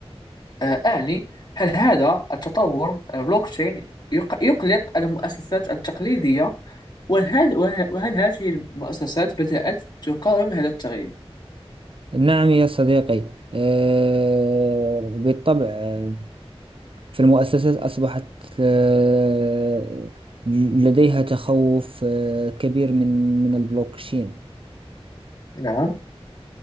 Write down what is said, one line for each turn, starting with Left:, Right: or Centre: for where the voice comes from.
Left: آه، أعني هل هذا التطور البلوكتشين يق- يقلق المؤسسات التقليدية؟ وهل, وهل, وهل هذه المؤسسات بدأت تقاوم هذا التغيير؟
Right: نعم يا صديقي آه، بالطبع آه، فالمؤسسات أصبحت آه، لديها تخوف آه، كبير من من البلوكشين
Left: نعم